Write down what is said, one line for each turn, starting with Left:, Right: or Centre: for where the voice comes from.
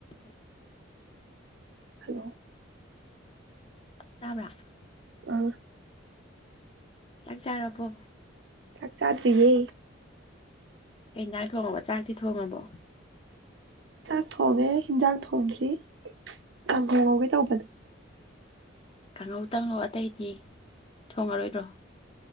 Left: ꯎ
Right: ꯍꯜꯂꯣ
Left: ꯔꯝ ꯔꯥꯐ
Right: ꯑ
Left: ꯆꯥꯛ ꯆꯥꯔꯔꯕꯣ
Right: ꯆꯥꯛ ꯆꯥꯁꯨꯌꯦ
Left: ꯀꯟꯖꯥꯡ ꯊꯣꯡꯉꯕ ꯆꯥꯛꯇꯤ ꯊꯣꯡꯉꯕꯣ
Right: ꯆꯥꯛ ꯊꯣꯡꯉꯦ ꯍꯤꯟꯖꯥꯡ ꯊꯣꯡꯗ꯭ꯔꯤ ꯇꯥꯡꯈꯣ ꯉꯧꯒꯦ ꯇꯧꯕꯅꯦ
Left: ꯀꯥꯡꯍꯧ ꯇꯪꯪꯂꯣ ꯑꯇꯩꯗꯤ ꯊꯣꯡꯉꯔꯣꯏꯗ꯭ꯔꯣ